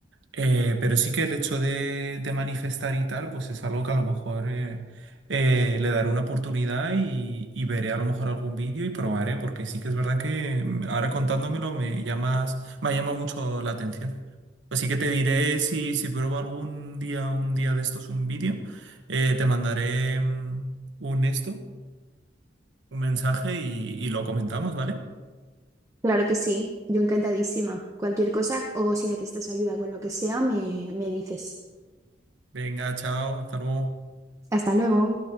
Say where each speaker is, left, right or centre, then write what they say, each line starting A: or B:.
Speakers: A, on the right (about 85°); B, on the right (about 15°).
A: Eh, pero sí que el hecho de, de manifestar y tal, pues es algo que a lo mejor eh, eh, le daré una oportunidad y, y veré a lo mejor algún vídeo y probaré, porque sí que es verdad que mm, ahora contándomelo me llamas, me ha llamado mucho la atención. Así que te diré si, si pruebo algún día, un día de estos un vídeo, eh, te mandaré mm, un esto, un mensaje y, y lo comentamos, ¿vale?
B: Claro que sí, yo encantadísima. Cualquier cosa o si necesitas ayuda con lo que sea, me, me dices.
A: Venga, chao, hasta luego.
B: Hasta luego.